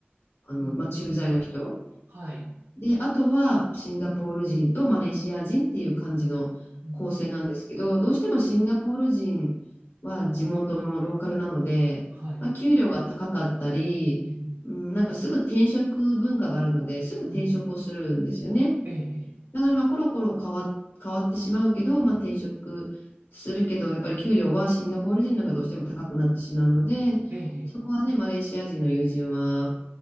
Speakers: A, on the left; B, on the right.
A: あの、
B: うん、
A: まあ、駐在の人。
B: うん、はい、
A: で、あとはシンガポール人とマレーシア人っていう感じの構成なんですけど、
B: うん、
A: どうしてもシンガポール人は地元のローカルなので、
B: はい、
A: まあ、給料が高かったり、
B: うん、
A: うん、なんかすぐ転職文化があるので、すぐ転職をするんですよね。
B: うん、うんうんええ、
A: だからまあコロコロ変わ、変わってしまうけど、まあ、転職するけど、やっぱり給料はシンガポール人の方がどうしても高くなってしまうので、
B: ええ、
A: そこはね、
B: ええ
A: マレーシア人の友人は、